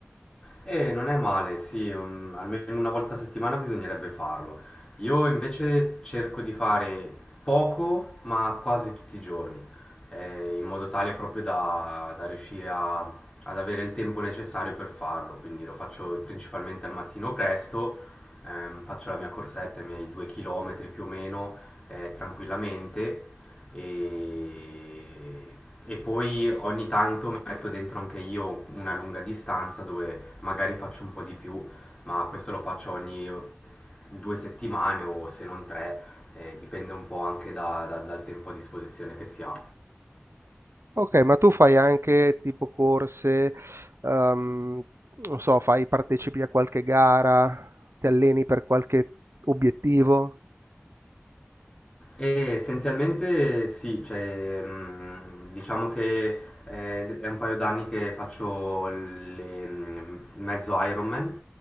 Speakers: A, on the left; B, on the right.
A: E non è male, sì, um, almeno una volta a settimana bisognerebbe farlo. Io invece cerco di fare poco, ma quasi tutti i giorni, eh, in modo tale proprio da, da riuscire a- ad avere il tempo necessario per farlo. Quindi lo faccio principalmente al mattino presto, ehm, faccio la mia corsetta, i miei due chilometri più o meno, eh, tranquillamente e, e poi ogni tanto metto dentro anche io una lunga distanza dove magari faccio un po' di più, ma questo lo faccio ogni due settimane o se non tre, eh, dipende un po' anche da- da- dal tempo a disposizione che si ha.
B: Ok, ma tu fai anche tipo corse, ehm, non so, fai, partecipi a qualche gara, ti alleni per qualche obiettivo?
A: E essenzialmente sì, cioè, mh, diciamo che eh, è un paio d'anni che faccio le, mh, mezzo Ironman